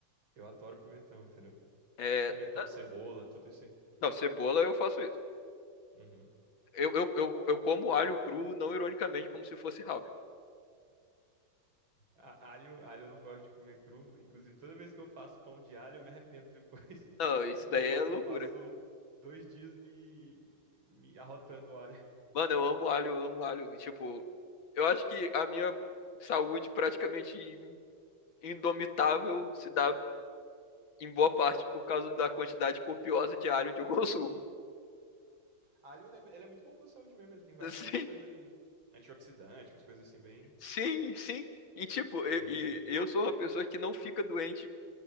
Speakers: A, on the right; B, on the left.
A: Eu adoro pimentão, entendeu?
B: É,
A: Pimentão,
B: ah,
A: cebola, tudo isso aí.
B: não, cebola eu faço isso.
A: Uhum.
B: Eu, eu, eu, eu como alho cru, não ironicamente, como se fosse house.
A: A- Alho, alho eu não gosto de comer cru. Inclusive, toda vez que eu faço pão de alho, eu me arrependo depois.
B: Não,
A: <laughs>
B: isso
A: Porque
B: daí
A: eu, pa-
B: é loucura.
A: eu passo dois dias me, me arrotando o alho.
B: Mano, eu amo alho, eu amo alho. Tipo, eu acho que a minha saúde praticamente in- indomitável se dá em boa parte por causa da quantidade copiosa de alho que eu consumo.
A: Alho, ele é, ele é muito bom pra saúde mesmo. Ele tem várias
B: <laughs> Sim,
A: condições ali. Antioxidante, umas coisas assim, bem...
B: sim, sim. E tipo, eu,
A: Bem...
B: eu sou uma pessoa que não fica doente